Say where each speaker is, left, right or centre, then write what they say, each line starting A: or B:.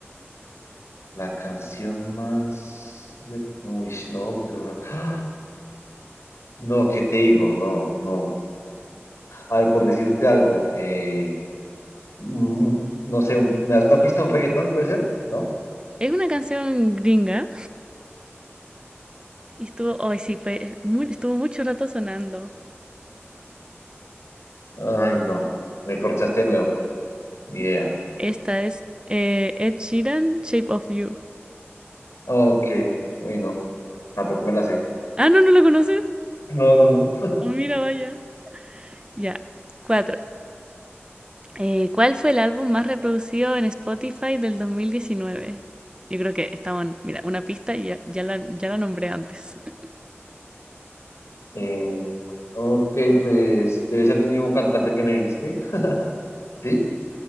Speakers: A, on the left; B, on the right.
A: La canción más... re- Uy, no, pero... No, <gasps> ¡Ah! No, ¿qué te digo? No, no. A ver, por decirte algo, eh, un- un- no sé, un- ¿me das una pista, un reggaetón, puede ser? ¿No?
B: Es una canción gringa Y estuvo, hoy sí, fue, mu- estuvo mucho rato sonando.
A: Ay, no. Me corchaste de nuevo. Ni idea.
B: Esta es eh, Ed Sheeran, Shape of You.
A: Ok. Uy, no. Tampoco me la sé.
B: Ah, no, ¿no la conoces?
A: No, no, no.
B: Oh, mira, vaya. Ya, cuatro. Eh, ¿cuál fue el álbum más reproducido en Spotify del 2019? Yo creo que estaba en, mira, una pista y ya, ya la, ya la nombré antes. <laughs>
A: Eh, ok, pues debe ser el mismo cantante que me dijiste, ¿sí?